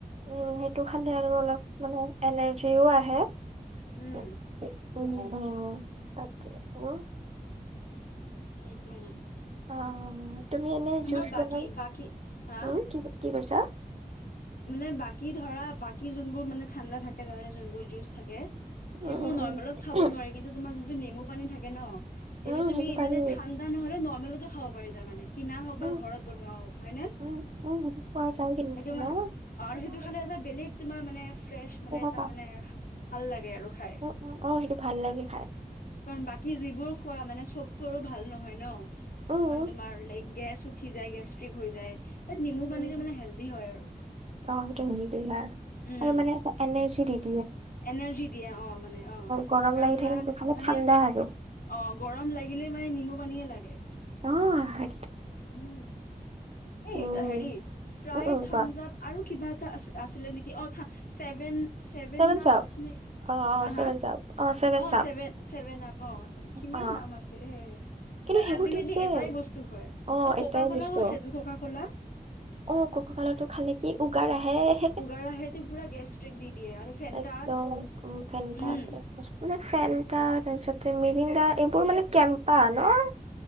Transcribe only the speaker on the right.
উম, সেইটো খালে আৰু অলপ মানে এনাৰ্জিও আহে।
<inaudible> উম তাকে। আৰু
অ', তুমি এনে
জুচ
বনালে,
উম কি কি কৈছা।
উম,
উম,
উম,
উম,
পাৰি
উম,
উম, উম, পোৱা যায় কিন্তু
ন।
খাবা
উম উম অ সেইটো ভাল লাগে খাই
উম
উম
অ' আৰু
মান <unintelligible> <inaudible>
গৰম
লাগি থাকিলে
সেইটো খালে
ঠাণ্ডা আৰু
অ' হে
উম
উম উম
কোৱা
চেভেন
চাপ অ অ
চেভেন
চাপ চেভেন
চাপ
অ
কিন্তু
সেইবোৰ
টেষ্ট চেম
অ
এটাই
বস্তু
অ' কক কালৰ টো খালে কি উগাৰ আহে। সে
একদম উ ফেনটা
আছে মানে ফেনাতা তা পিছত মিৰিডা, এইবোৰ মানে কেম্পা ন?